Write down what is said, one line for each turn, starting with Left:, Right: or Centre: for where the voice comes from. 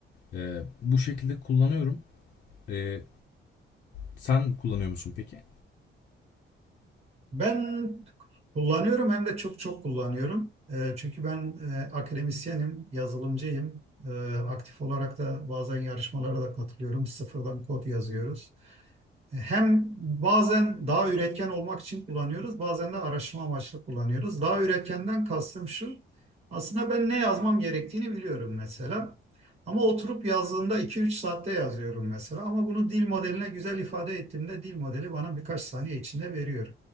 Left: E, bu şekilde kullanıyorum. E, Sen kullanıyor musun peki?
Right: Ben kullanıyorum hem de çok çok kullanıyorum. Eee, çünkü ben eee, akademisyenim, yazılımcıyım. Eee, aktif olarak da bazen yarışmalara da katılıyorum. Sıfırdan kod yazıyoruz. Hem bazen daha üretken olmak için kullanıyoruz, bazen de araştırma amaçlı kullanıyoruz. Daha üretkenden kastım şu. Aslında ben ne yazmam gerektiğini biliyorum mesela. Ama oturup yazdığında iki üç saatte yazıyorum mesela. Ama bunu dil modeline güzel ifade ettiğimde dil modeli bana birkaç saniye içinde veriyor.